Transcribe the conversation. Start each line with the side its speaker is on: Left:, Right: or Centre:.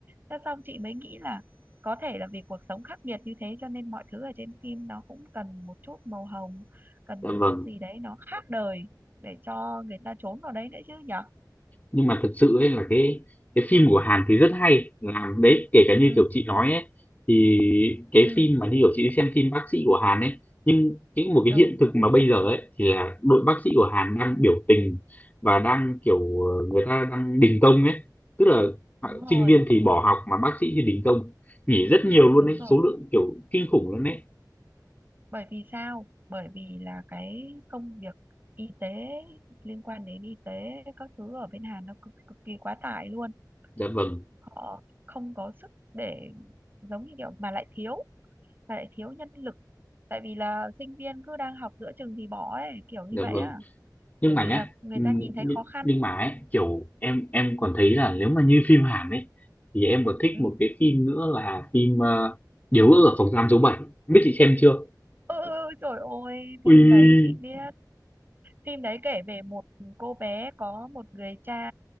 Right: thế xong chị mới nghĩ là có thể là vì cuộc sống khắc nghiệt như thế cho nên mọi thứ ở trên phim nó cũng cần một chút màu hồng cần
Left: dạ
Right: một
Left: vâng
Right: chút gì đấy nó khác đời để cho người ta trốn vào đấy nữa chứ nhở
Left: nhưng mà thật sự ấy là cái cái phim của Hàn thì rất hay làm đấy kể cả như
Right: ừ
Left: kiểu chị nói ấy thì cái
Right: ừ
Left: phim mà như kiểu chị đi xem phim bác sĩ của Hàn ấy nhưng cái một cái
Right: ừ
Left: hiện thực mà bây giờ ấy thì là đội bác sĩ của Hàn đang biểu tình và đang kiểu ờ, người ta đang đình công ấy tức là họ-
Right: đúng rồi
Left: sinh viên thì bỏ học mà bác sĩ thì đình công nghỉ rất nhiều luôn
Right: đúng
Left: đấy
Right: rồi
Left: số lượng kiểu kinh khủng luôn đấy
Right: bởi vì sao bởi vì là cái công việc y tế liên quan đến y tế các thứ ở bên Hàn nó cực cực kỳ quá tải luôn
Left: dạ vâng
Right: họ không có sức để giống như kiểu mà lại thiếu mà lại thiếu nhân lực tại vì là sinh viên cứ đang học giữa chừng thì bỏ ấy kiểu như
Left: dạ
Right: vậy
Left: vâng
Right: á
Left: nhưng
Right: bởi
Left: mà
Right: vì
Left: nhá
Right: là người
Left: ừm,
Right: ta nhìn thấy
Left: nhưng,
Right: khó khăn
Left: nhưng mà ấy, kiểu em em còn thấy là nếu mà như <laughs> phim Hàn ấy thì em còn thích
Right: ừ.
Left: một cái phim nữa là phim ờ, Điều ước ở phòng giam số bảy biết chị xem chưa
Right: Ừ, ừ, trời ơi, phim
Left: ui
Right: đấy chị biết. Phim đấy kể về một cô bé có một người cha